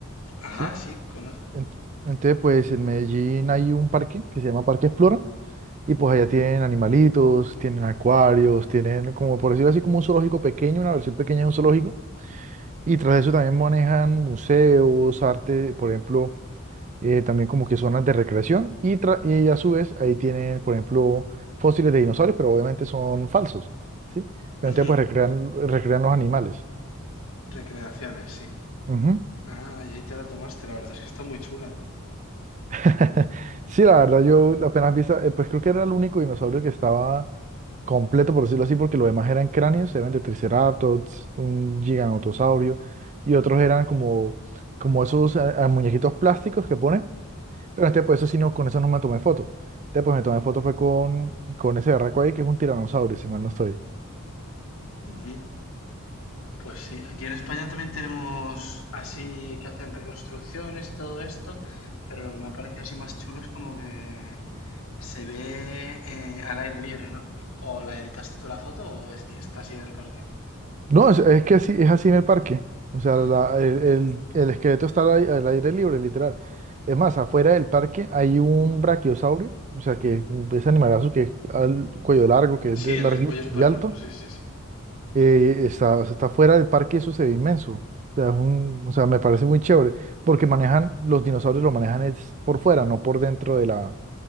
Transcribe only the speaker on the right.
¿sí?
En- Entonces, pues en Medellín hay un parque que se llama Parque Explora y pues allá tienen animalitos, tienen acuarios, tienen como por decirlo así como un zoológico pequeño, una versión pequeña de un zoológico y tras eso también manejan museos, arte, por ejemplo. eh, también como que zonas de recreación y, tra- y a su vez ahí tienen, por ejemplo, fósiles de dinosaurios, pero obviamente son falsos, ¿sí? Pero
entonces pues recrean, recrean los animales.
Ujú.
<laughs> Sí, la verdad yo apenas vi, esa- eh, pues creo que era el único dinosaurio que estaba completo, por decirlo así, porque los demás eran cráneos, eran de Triceratops, un giganotosaurio y otros eran como, como esos eh, eh, muñequitos plásticos que ponen. Pero este, pues eso sí, no, con eso no me tomé foto. Este, pues me tomé foto fue con, con ese berraco ahí, que es un tiranosaurio, si mal no estoy.
No, es, es que así, es así en el parque. O sea,
la- el, el- el esqueleto está al, ai- al aire libre, literal. Es más, afuera del parque hay un brachiosaurio, o sea, que ese animalazo que es al cuello largo, que es
de
largo
y alto,
eh, está, o sea, está fuera del parque y eso se ve inmenso. O sea, es un- o sea, me parece muy chévere, porque manejan, los dinosaurios lo manejan es por fuera, no por dentro de la,